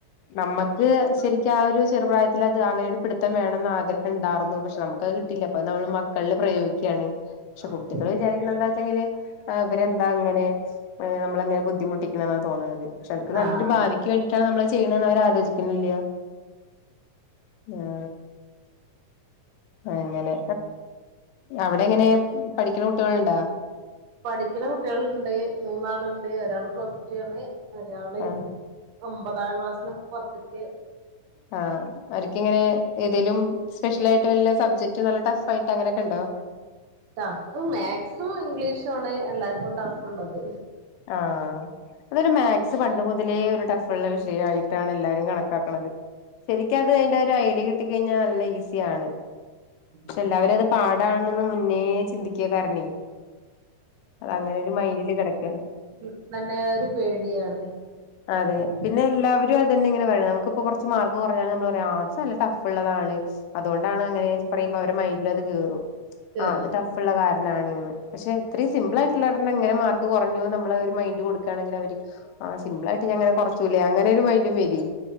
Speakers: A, on the left; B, on the right.
A: നമ്മക്ക് ശരിക്കും ആ ഒരു ചെറുപ്രായത്തിൽ അത് അങ്ങനൊരു പിട് ത്തം വേണന്ന് ആഗ്രഹം ഉണ്ടാർന്നു പക്ഷേ നമുക്കത് കിട്ടില്ല അപ്പത് നമ്മള് മക്കളില് പ്രയോഗിക്കുകയാണ് പക്ഷേ
B: അതെ
A: കുട്ടികൾ വിചാരിക്കുന്നത് എന്താ വെച്ചെല് ഇവരെന്താ അങ്ങനെ നമ്മളങ്ങനെ ബുദ്ധിമുട്ടിക് പിന്നന്ന തോന്നണത് പക്ഷേ അവർക്ക് നല്ലരു
B: ആഹ്
A: ഭാവിയ്ക്ക് വേണ്ടിട്ടാണ് നമ്മളത് ചെ ചെയ്യണന്ന് അവര് ആലോചിക്കണില്ല ആ അങ്ങനെ അവിടെ എങ്ങനെ പഠിക്കണ കുട്ടികൾണ്ടാ
B: പഠിക്കുന്ന കുട്ടികളുണ്ട് മൂന്നാളുണ്ട് ഒരാള് പ്ലസ് ടു ആണ് ഒരാള്
A: ആഹ്
B: ഒമ്പതാം ക്ലാസ്സിന് പ്പത്ത്ക്ക്
A: ആ അവർക്കിങ്ങനെ ഏതേലും സ്പെഷ്യലായിട്ട് വല്ല സബ്ജക്ട്ട് നല്ല ടഫ് ആയിട്ട് അങ്ങനെയൊക്കെ ഉണ്ടോ
B: ടഫ് മാക്സും ഇംഗ്ലീഷ് ട്ടുള്ളെ എല്ലാവർക്കും ട്ടഫുള്ളത്
A: ആ അതൊരു മാക്സ്
B: അല്ലാത്തൊക്കെല്ലേ
A: പണ്ട് മുതലേ ഒരു ടഫ്ള്ള വിഷയ ഷയായി ട്ടാണ് എല്ലാരും കണക്കാക്കുന്നത് ശരിക്ക് അത് അയിന്റെരു ഐടി കി ത്തി കഴിഞ്ഞാൽ നല്ല ഈസിയാണ്
B: ഉം
A: ക്ഷെ എല്ലാവരും അത് പാടണന്ന് മുന്നേ ചിന്തിക്ക കാരണേ അത് അങ്ങനെ ഒരു മൈൻഡില് കെടക്കാണ്
B: ഉം തന്നെ ഒരു പേടിയാണ്
A: അതെ
B: അതാണ്
A: പിന്നെ എല്ലാവരും അതന്നെ ഇങ്ങനെ പറനോ ഇക്ക് ഇപ്പോ കുറച്ച് മാർക്ക്‌ കുറഞ്ഞൽ നമ്മള് പറയും അത് നല്ല ടഫ്ള്ളതാണ് അതുകൊണ്ടാണ് അങ്ങനെ പറയുമ്പോ അവരുടെ മൈൻഡില് അത് കേറും
B: കേറും
A: ആ അത് ടഫ്ള്ള കാരണാണ്ന്ന് പക്ഷേ എത്രി സിമ്പിൾ ആയിട്ടുള്ളാണ് അങ്ങനെ മാർക്ക് കുറഞ്ഞു നമ്മള് ഒരു മൈൻഡ് കൊടുക്കയാണെങ്കിൽ അവര് ആ സിമ്പിളായിട്ട് ഞ ങ്ങനെകുറച്ചുല്ലേ അങ്ങനെ ഒരു മൈഡും വരെ